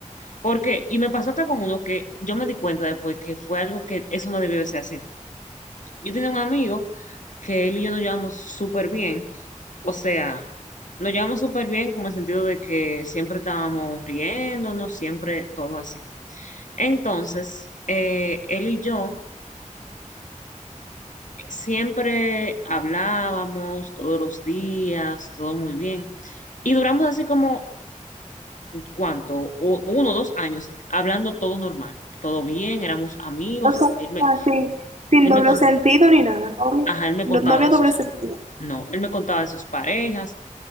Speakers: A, on the left; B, on the right.
A: Porque, y me pasó hasta con uno que yo me di cuenta después que fue algo que eso no debió de ser así. Yo tenía un amigo que él y yo nos llevamos súper bien, o sea, nos llevamos súper bien como el sentido de que siempre estábamos riéndonos, siempre todo así. Entonces, eh, él y yo siempre hablábamos todos los días, todo muy bien, y duramos así como ¿cuánto? U- Uno o dos años, hablando todo normal, todo bien, éramos amigos,
B: O sea,
A: él me,
B: sin, sin
A: él
B: doble
A: me, con-
B: sentido ni nada, no había,
A: ajá, él me
B: no,
A: contaba
B: no había
A: de
B: doble
A: sus,
B: sentido.
A: no, él me contaba de sus parejas,